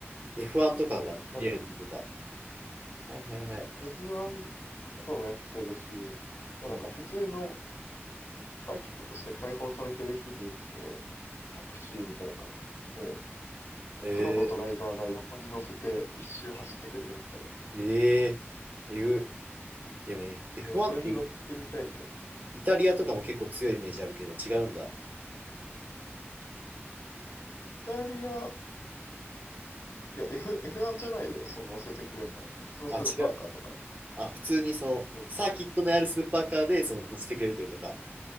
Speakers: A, on the right (about 40°); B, on the left (about 85°).
A: F1 とかが見えるってことか。
B: そう、なんか
A: はいはいはい。
B: F1 とかもやってるし、でもなんか普通の
A: うん。
B: サーキットとして開放されてる日に行くと、タクシーみたいな感じで、
A: え
B: プロのドライバーが横に乗せて一周走ってくれるみたいな。
A: ー、えー、えぐ。でも
B: そう、
A: F- 1ってイ
B: それに乗ってみたいんだよね。
A: イタリアとかも結構強いイメージあるけど違うんだ。
B: イタリア、てか F、F1 じゃないよ、その乗せてくれるのは。普通のスーパーカーとか。
A: あ、違う。あ、普通にそのサーキットのあるスーパーカーでその乗せてくれるってことか。
B: そう